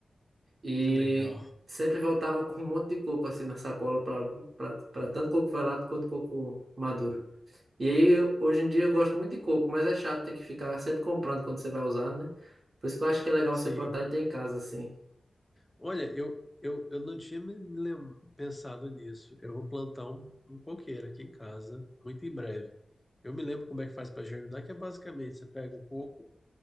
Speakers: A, on the right; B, on the left.
A: E
B: que legal.
A: sempre voltava com um monte de coco assim na sacola para para tanto coco velado quanto coco maduro. E aí, eu- hoje em dia eu gosto muito de coco, mas é chato ter que ficar sempre comprando quando você vai usar, né? Por isso que eu acho
B: <laughs>
A: que é legal
B: Sim.
A: você plantar e ter em casa assim.
B: Olha, eu, eu, eu não tinha me lem- pensado nisso. Eu vou plantar um, um coqueiro aqui em casa, muito em breve. Eu me lembro como é que faz para germinar, que é basicamente você pega o coco